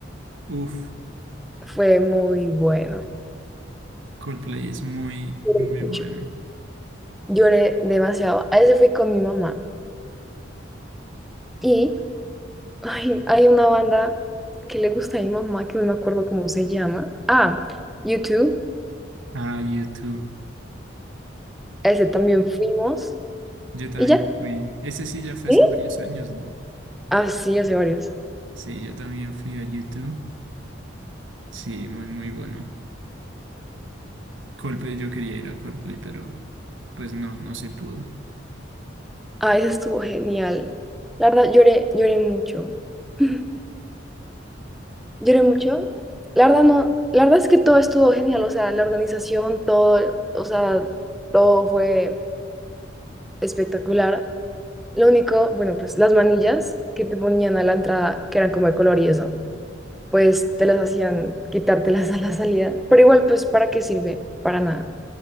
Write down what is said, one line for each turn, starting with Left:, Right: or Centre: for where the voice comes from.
Right: Uf,
Centre: fue muy bueno,
Right: Coldplay es muy,
Centre: lloré
Right: muy
Centre: mucho,
Right: bueno.
Centre: lloré demasiado. A ese fui con mi mamá y ay, hay una banda que le gusta a mi mamá, que no me acuerdo cómo se llama. Ah, YouTube,
Right: Ah, YouTube.
Centre: a ese también fuimos
Right: Yo también
Centre: y ya.
Right: fui, ese sí ya fue
Centre: ¿Sí?
Right: hace varios años, ¿no?
Centre: Ah, sí, hace varios.
Right: Sí, yo también fui a YouTube. Sí, muy, muy bueno. Coldplay, yo quería ir a Coldplay, pero pues no, no se pudo.
Centre: Ah, ese estuvo genial. La verdad, lloré, lloré mucho. <laughs> Lloré mucho. La verdad no, la verdad es que todo estuvo genial, o sea, la organización, todo, o sea, todo fue espectacular. Lo único, bueno, pues las manillas que te ponían a la entrada, que eran como de color y eso, pues te las hacían quitártelas <laughs> a la salida. Pero igual, pues, ¿para qué sirve? Para nada.